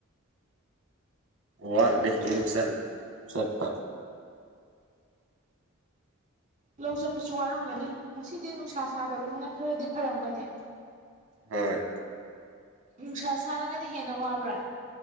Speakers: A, on the right; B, on the right.
A: ꯋꯥꯠꯂꯤ
B: ꯑꯧ
A: ꯍꯝꯁꯪ ꯁꯄ
B: ꯂꯧ ꯆꯠꯄꯁꯨ ꯋꯥꯔꯝꯒꯅꯤ ꯉꯁꯤꯗꯤ ꯅꯨꯡꯁꯥ ꯁꯥꯗꯕꯅꯤꯅ ꯈꯔꯗꯤ ꯐꯔꯝꯒꯅꯤ
A: ꯍꯣꯏ
B: ꯅꯨꯡꯁꯥ ꯁꯥꯔꯒꯅ ꯍꯦꯟꯅ ꯋꯥꯕ꯭ꯔꯥ